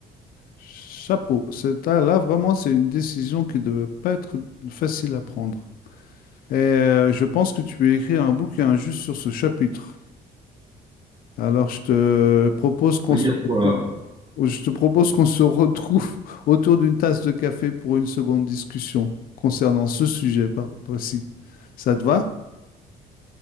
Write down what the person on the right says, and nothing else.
Il
y a de quoi,